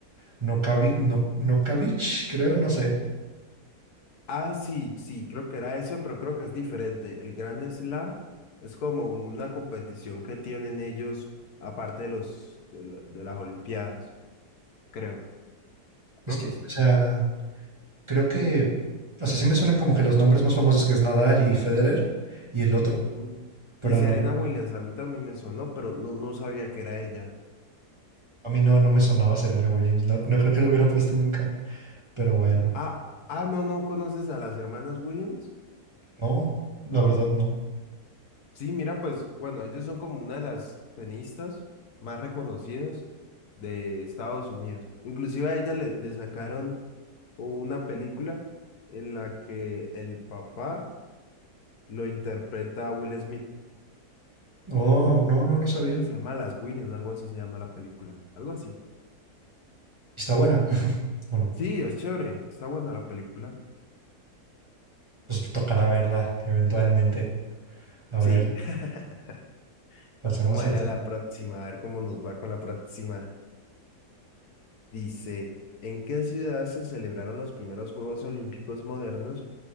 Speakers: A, on the right; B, on the left.
A: Nokavi, no, Nokavich, creo, no sé.
B: Ah, sí, sí, creo que era ese, pero creo que es diferente. El Grand Slam es como una competición que tienen ellos, aparte de los de, la- de las Olimpiadas, creo, creo
A: Es que,
B: que sí.
A: o sea, Creo que, o sea, sí me suenan como que los nombres más famosos que es Nadal y Federer y el otro,
B: Ujú.
A: pero
B: Y Serena
A: no,
B: Williams, a mí también me sonó, pero no, no sabía que era ella.
A: a mí no, no me sonaba Serena Williams, no, no creo que lo hubiera puesto nunca, pero bueno,
B: Ah, ah, no, no conoces a las hermanas Williams.
A: no, la verdad no.
B: Sí, mira, pues bueno, ellos son como una de las tenistas más reconocidas de Estados Unidos. Inclusive a ella le, le sacaron una película en la que el papá lo interpreta a Will Smith.
A: Oh, no, no, no sabía.
B: Creo que se llama Las Williams, algo así se llama la película. Algo así.
A: Y Está buena. <laughs> Bueno,
B: Sí, es chévere. Está buena la película.
A: pues tocará verla eventualmente. A ver,
B: Sí. <laughs>
A: pasemos
B: Vamos a
A: al...
B: ir
A: si-
B: a la próxima, a ver cómo nos va con la próxima. Dice, ¿en qué ciudad se celebraron los primeros Juegos Olímpicos modernos